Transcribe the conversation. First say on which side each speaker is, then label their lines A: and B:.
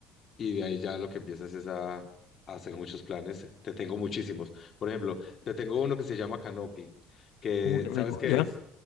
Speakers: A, on the left (about 30°); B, on the left (about 80°).
A: y de ahí ya lo que empiezas es a, a hacer muchos planes. Te tengo muchísimos. Por ejemplo, te tengo uno que se llama canopy, que
B: Uh, qué
A: ¿sabes
B: rico.
A: qué
B: ¿Ya?
A: es?